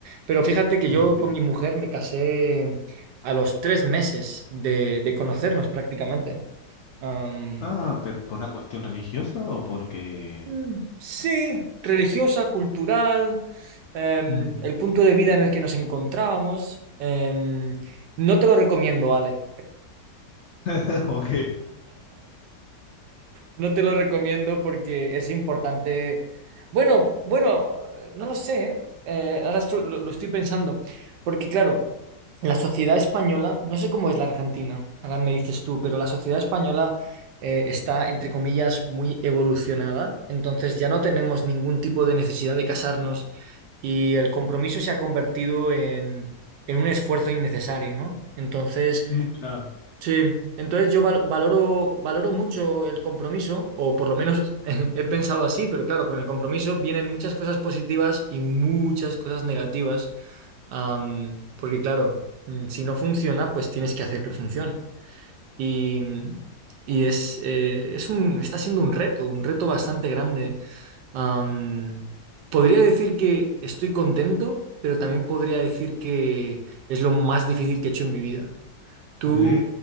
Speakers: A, on the right; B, on the left.
A: pero fíjate que
B: Es
A: yo
B: un tipi.
A: con mi mujer me casé a los tres meses de, de conocernos prácticamente. Am,
B: Ah, pero ¿por una cuestión religiosa o porque...?
A: mm, sí, religiosa, cultural, em,
B: Mm.
A: el punto de vida en el que nos encontrábamos. em, no te lo recomiendo, Ale.
B: <laughs> Ok.
A: No te lo recomiendo porque es importante. Bueno, bueno, no lo sé, ¿eh? Eh, ahora estu- lo, lo estoy pensando, porque claro, la sociedad española, no sé cómo es la Argentina, ahora me dices tú, pero la sociedad española eh, está, entre comillas, muy evolucionada, entonces ya no tenemos ningún tipo de necesidad de casarnos y el compromiso se ha convertido en, en un esfuerzo innecesario, ¿no? Entonces...
B: Mm, Claro.
A: Sí, entonces yo val- valoro, valoro mucho el compromiso, o por lo menos <laughs> he pensado así, pero claro, con el compromiso vienen muchas cosas positivas y muchas cosas negativas, am, porque claro, mm, si no funciona, pues tienes que hacer que funcione. Y, y es, eh, es un, está siendo un reto, un reto bastante grande. Am, podría decir que estoy contento, pero también podría decir que es lo más difícil que he hecho en mi vida. Tú,
B: Ok.